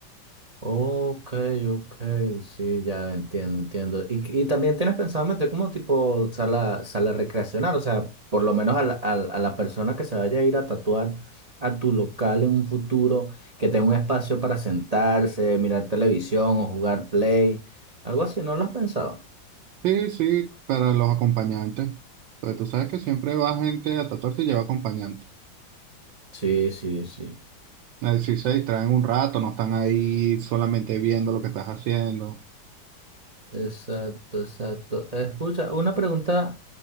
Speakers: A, on the right (about 50°); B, on the right (about 75°).
A: Ok, ok, sí, ya entiendo, entiendo. Y, y también tienes pensado meter como tipo sala, sala recreacional, o sea, por lo menos a la, a, la a la persona que se vaya a ir a tatuar a tu local en un futuro, que tenga un espacio para sentarse, mirar televisión o jugar play, algo así, ¿no lo has pensado?
B: Sí, sí, para los acompañantes. Porque tú sabes que siempre va gente a tatuarse y lleva acompañante.
A: Sí, sí, sí.
B: Así se distraen un rato, no están ahí solamente viendo lo que estás haciendo.
A: Exacto, exacto. Escucha, una pregunta